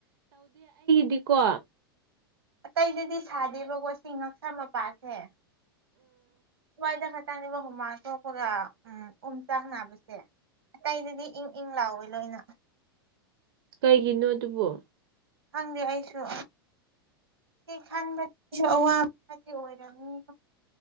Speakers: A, on the right; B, on the right.
A: ꯗꯤꯀꯣ
B: ꯑꯇꯩꯗꯗꯤ ꯁꯥꯗꯦꯕꯀꯣ ꯁꯤ ꯉꯛꯁꯥ ꯃꯄꯥꯁꯦ ꯁ꯭ꯋꯥꯏꯗ ꯈꯛꯇꯪꯅꯦꯕ ꯍꯨꯃꯥꯡ ꯊꯣꯛꯣꯛꯄꯒ ꯎꯝ ꯎꯝ ꯆꯥꯛ ꯅꯥꯕꯁꯦ ꯑꯇꯩꯗꯗꯤ ꯏꯪ ꯏꯪ ꯂꯥꯎꯋꯏ ꯂꯣꯏꯅ
A: ꯀꯩꯒꯤꯅꯣ ꯑꯗꯨꯕꯣ
B: ꯈꯪꯗꯦ ꯑꯩꯁꯨ ꯁꯤ ꯈꯟꯕꯁꯨ ꯑꯋꯥꯕꯗꯤ ꯑꯣꯏꯔꯝꯅꯤ